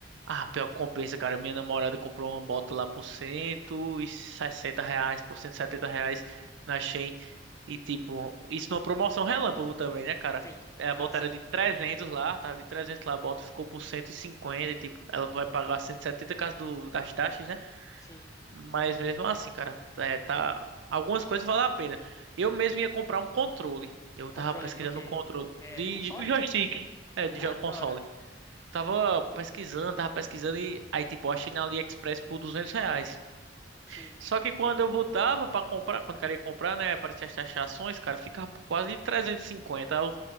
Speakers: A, on the right; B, on the left.
A: Ah, pior que compensa, cara. Minha namorada comprou uma bota lá por 160 reais, por 170 reais na Shein. E, tipo, isso numa promoção relâmpago também, né, cara?
B: Sim.
A: É, A
B: Ah,
A: bota
B: sim.
A: era de 300 lá, tava de 300 lá, a bota ficou por cento e, cinquenta e, tipo, ela vai pagar 170 caso do, das taxas, né?
B: Sim.
A: Mas mesmo assim, cara, é, tá... Algumas coisas valem a pena. Eu mesmo ia comprar um controle. Eu tava
B: Controle
A: pesquisando
B: do quê?
A: um controle
B: É
A: de
B: console?
A: joystick, é, de
B: Ah,
A: jo-
B: que
A: console.
B: da hora.
A: Tava pesquisando, tava pesquisando e aí, tipo, eu achei na AliExpress por 200 reais.
B: Sim.
A: Só que quando eu botava pra comprar, quando queria comprar, né, para as taxações, cara, ficava por quase 350. Aí Eu